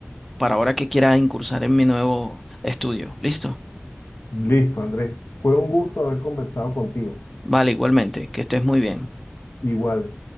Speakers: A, in the centre; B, on the left.
A: para ahora que quiera incursar en mi nuevo estudio. ¿Listo?
B: Listo, Andrés. Fue un gusto haber conversado contigo.
A: Vale, igualmente, que estés muy bien.
B: Igual.